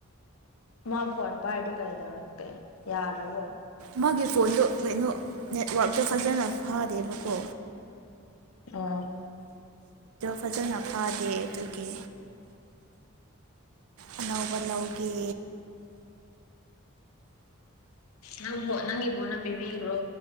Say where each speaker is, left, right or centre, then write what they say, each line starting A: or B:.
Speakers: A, on the left; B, on the right.
A: ꯃꯥ ꯐꯣꯟ ꯄꯥꯏꯗꯨꯣ ꯀꯩ ꯇꯧꯔꯛꯀꯦ ꯌꯥꯗ꯭ꯔꯕꯣ
B: ꯃꯥꯒꯤ ꯐꯣꯟꯗꯣ ꯀꯩꯅꯣ ꯅꯦꯠꯋꯔꯇꯣ ꯐꯖꯅ ꯐꯥꯔꯦꯕꯀꯣ
A: ꯑꯥ
B: ꯐꯖꯅ ꯐꯥꯗꯦ ꯑꯗꯨꯒꯤ ꯑꯅꯧꯕ ꯂꯧꯒꯦ
A: ꯅꯪ ꯅꯪꯒꯤ ꯐꯅ ꯄꯤꯕꯤꯈ꯭ꯔꯣ